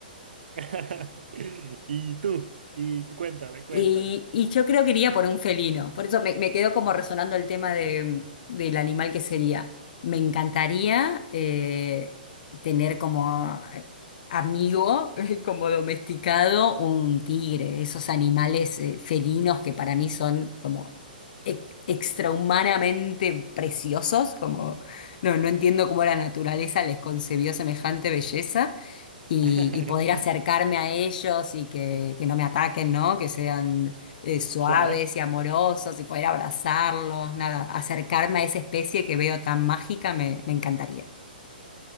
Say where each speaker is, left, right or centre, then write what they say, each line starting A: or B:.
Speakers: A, on the right; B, on the left.
A: <laughs> Y tú, y tú, cuéntame, cuéntame.
B: Y, y yo creo que iría por un felino. Por eso me, me quedó como resonando el tema de, del animal que sería. Me encantaría eh, tener como eh, amigo, <laughs> como domesticado, un tigre. Esos animales eh, felinos que para mí son como e- extrahumanamente preciosos. Como, no, no entiendo cómo la naturaleza les concebió semejante belleza y,
A: <laughs>
B: y poder acercarme a ellos y que, que no me ataquen, ¿no? Que sean eh, suaves
A: Claro,
B: y amorosos y poder abrazarlos, nada, acercarme a esa especie que veo tan mágica me, me encantaría.